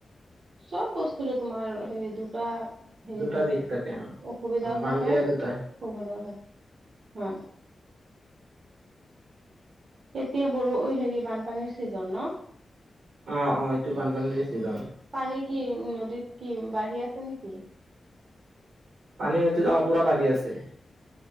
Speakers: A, on the right; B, on the right.
A: চব বস্তুৰে তোমাৰ হেৰী দুটা হেৰি
B: দুটা
A: থাকে
B: দিশ অ
A: অসুবিধাও
B: অ ভাল
A: থাকে
B: বেয়া
A: সুবিধাও
B: দুটাই
A: থাকে। হয়। এতিয়া বৰো হেৰি বানপানীৰ ছিজন ন
B: অৱ অৱ এইটো বানপানীৰৰে ছিজন।
A: পানী কি নদীত কি বাঢ়ি আছে নেকি?
B: পানী নদীত অৱ পুৰা বাঢ়ি আছে।